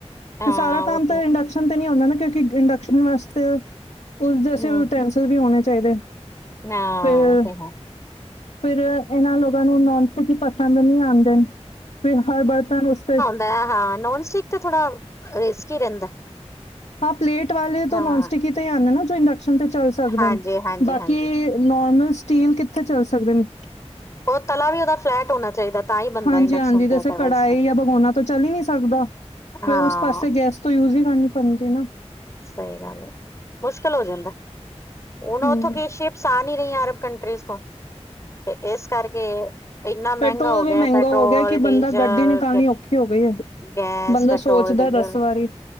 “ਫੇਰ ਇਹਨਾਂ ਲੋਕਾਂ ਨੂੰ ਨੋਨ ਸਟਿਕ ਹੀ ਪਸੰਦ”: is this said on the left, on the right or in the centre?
Left